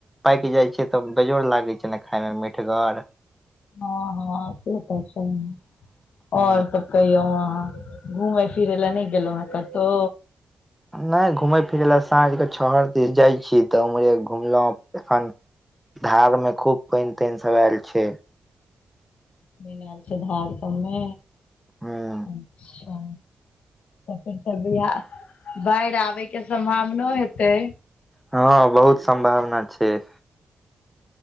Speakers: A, in the centre; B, on the left (about 80°).
A: पाकि जाइ छै तऽ बेजोड़ लागे छै ने खाय मऽ मिीठगर
B: हँ हँ से तऽ सहि
A: ह
B: और सब कहियौ अहाँ, घुमय फिरे लए नहि गेलहुं हऽ केतो
A: नहि घूमय फिरै लए साँझ कऽ छहर दिस जाइ छी तऽ उम्हरे घुमलहु एखन धार में खूब पानि तानि सब आयल छै।
B: बनायल छै धार सबमे
A: ह
B: अच्छा तऽ फेर तऽ बि बाढ़ि आबै के सम्भावना हेतै।
A: हँ बहुत सम्भावना छैय।